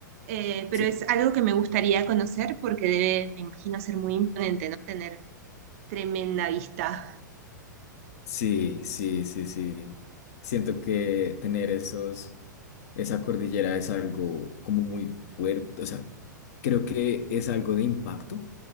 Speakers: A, on the right; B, on the left.
A: Eh, pero
B: <laughs> sí.
A: es algo que me gustaría conocer porque debe, me imagino, ser muy imponente, ¿no? Tener tremenda vista.
B: Sí, sí, sí, sí. Siento que tener esos, esa cordillera es algo como muy fuerte, o sea, creo que es algo de impacto